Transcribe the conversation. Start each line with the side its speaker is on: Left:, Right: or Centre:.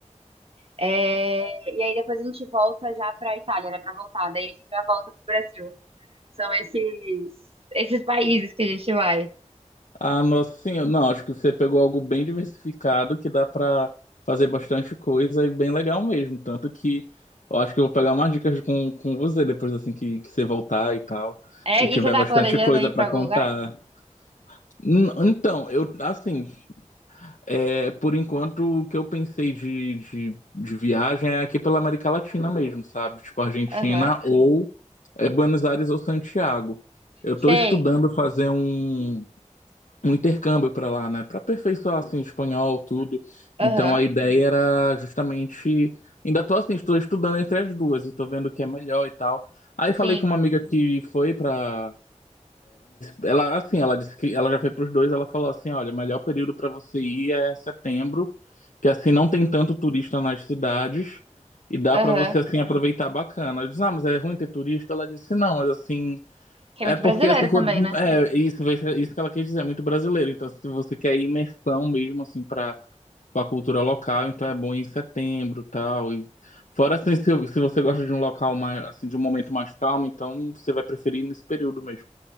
Right: É, E aí depois a gente volta já pra Itália, né, pra voltar. Daí a gente já volta pro Brasil. São esses, esses países que a gente vai.
Left: Ah, nossa senhora, não, acho que você pegou algo bem diversificado que dá pra fazer bastante coisa e bem legal mesmo. Tanto que eu acho que eu vou pegar umas dicas com, com você depois assim que, que você voltar e tal,
Right: É,
Left: e tiver
Right: e você tá
Left: bastante
Right: planejando
Left: coisa
Right: ir
Left: pra
Right: pra algum
Left: contar.
Right: lugar?
Left: N- Então, eu, assim, é, por enquanto o que eu pensei de, de, de viagem é aqui pela América Latina mesmo, sabe? Tipo Argentina
Right: Aham.
Left: ou é, Buenos Aires ou Santiago. Eu
Right: Sei.
Left: tô estudando fazer um um intercâmbio para lá, né, para aperfeiçoar assim espanhol, tudo.
Right: Aham.
Left: Então a ideia era justamente ainda tô assim, estou estudando entre as duas e tô vendo o que é melhor e tal. Aí falei
Right: Sim.
Left: com uma amiga que foi para ela assim, ela disse que ela já foi para os dois, ela falou assim, olha, o melhor período para você ir é setembro, que assim não tem tanto turista nas cidades e dá
Right: Aham.
Left: para você assim aproveitar bacana. Eu disse, ah, mas é ruim ter turista? Ela disse, não, mas assim
Right: Que
Left: é
Right: é muito
Left: porque
Right: brasileiro
Left: assim, quando-
Right: também, né?
Left: é isso, vai ser- isso que ela quis dizer, é muito brasileiro. Então, se você quer imersão mesmo assim para a cultura local, então é bom ir em setembro, tal. E fora assim, se, se você gosta de um local mais assim, de um momento mais calmo, então você vai preferir nesse período mesmo.